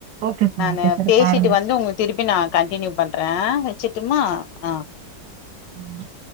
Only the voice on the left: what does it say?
நானு
பேசிட்டு
வந்து உங்க திருப்பி நா கண்டினியூ பண் றே வேச்சுட்டுமா ஆஹ்